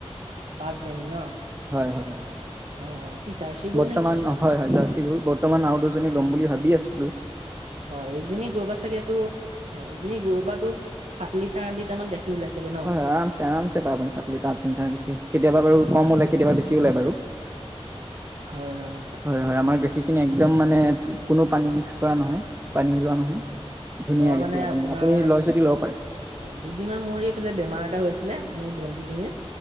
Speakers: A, on the right (about 80°); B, on the right (about 20°).
A: পাঁচজনী ন,
B: হয় হয় হয়,
A: অহ কি জাৰ্ছী
B: বৰ্তমান
A: গৰু নেকি?
B: হয় হয় জাৰ্চি গৰু বৰ্তমান আৰু দুজনী ল'ম বুলি ভাবি আছিলো।
A: হয় এজনী গৰুবা চাগে টো হয় এজনী গৰুবাটো সাত লিটাৰ আঠ লিটাৰ মান গাখীৰ ওলাই চাগে? ন
B: হয় হয় আৰামচে আৰামচে পাই আপুনি সাত লিটাৰ, আঠ লিটাৰ গাখীৰ। কেতিয়াবা বাৰু কম ওলাই কেতিয়াবা বেছি ওলাই বাৰু।
A: হয় হয়।
B: হয় হয় আমাৰ গাখীৰখিনি একদম মানে কোনো পানী মিক্স কৰা নহয় পানী মিলোৱা নহয়। ধুনীয়া
A: মই মানে
B: গাখীৰ আপুনি
A: আপোনাৰ
B: আপুনি লয় যদি ল'ব পাৰে।
A: হয় দুদিনমান মোৰ এইফালে বেমাৰ এটা হৈ আছিলে মোৰ ভন্টিজনীৰ।